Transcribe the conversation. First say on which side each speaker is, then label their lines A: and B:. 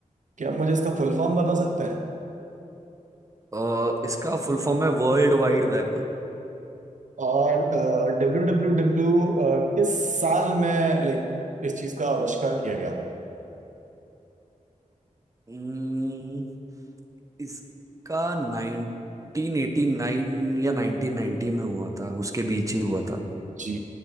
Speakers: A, on the right; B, on the right.
A: क्या आप मुझे इसका फुल फॉर्म बता सकते हैं
B: अ, इसका फुल फॉर्म है वर्ल्ड वाइड वेब
A: और डब्ल्यू डब्ल्यू डब्ल्यू किस साल में लाइक इस चीज का आविष्कार किया गया था
B: हम्म, इसका 1989 या 1990 में हुआ था उसके बीच ही हुआ था
A: जी